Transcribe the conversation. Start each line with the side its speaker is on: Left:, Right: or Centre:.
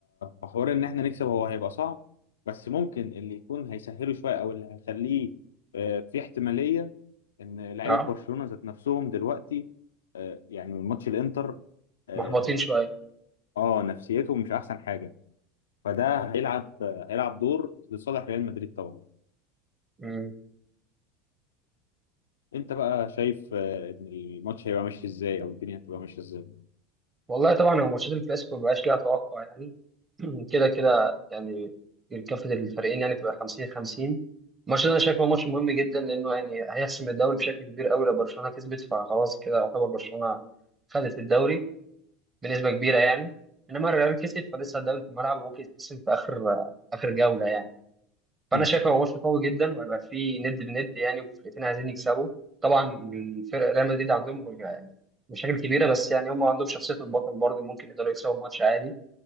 Left: فحوار ان احنا نكسب هو هيبقى صعب بس ممكن اللي يكون هيسهله شويه او اللي هيخليه آه، في احتماليه ان لعيبه
Right: اه
Left: برشلونه ذات نفسهم دلوقتي آه، يعني من ماتش الانتر اه
Right: محبطين شويه
Left: آه، نفسيتهم مش احسن حاجه فده هيلعب آه، هيلعب دور لصالح ريال مدريد طبعا
Right: مم.
Left: انت بقى شايف آه، ان الماتش هيبقى ماشي ازاي او الدنيا هتبقى ماشيه ازاي
Right: والله طبعا هو ماتشات الكلاسيكو مبقاش ليها توقع يعني <clears throat> كده كده يعني كافة الفريقين يعني بتبقى 50 50 الماتش ده انا شايفه ماتش مهم جدا لانه يعني هيحسم الدوري بشكل كبير قوي لو برشلونه كسبت فخلاص كده يعتبر برشلونه خدت الدوري بنسبة كبيرة يعني انما الريال كسب فلسه الدوري في الملعب وممكن يتحسم في اخر اخر جولة يعني فانا
Left: مم.
Right: شايف هو ماتش قوي جدا وهيبقى فيه ند بند يعني والفرقتين عايزين يكسبوا طبعا الفرق ريال مدريد عندهم يعني مشاكل كبيرة بس يعني هم عندهم شخصية البطل برضه ممكن يقدروا يكسبوا الماتش عادي